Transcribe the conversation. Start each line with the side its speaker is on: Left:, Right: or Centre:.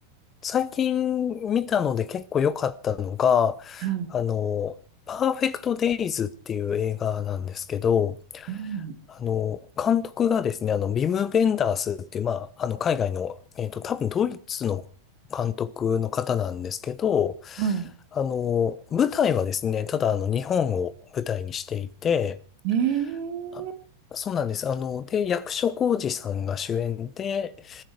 Left: 最近見たので結構良かったのが、
Right: い。
Left: あの、パーフェクトデイズっていう映画なんですけど、
Right: うん。
Left: あの、監督がですね、あの、ビム・ベンダースっていう、まあ、あの、海外の、えっと、多分ドイツの監督の方なんですけど、
Right: はい。
Left: あの、舞台はですね、ただあの、日本を舞台にしていて、
Right: ねえ、
Left: あそうなんです。あの、で、役所広司さんが主演で、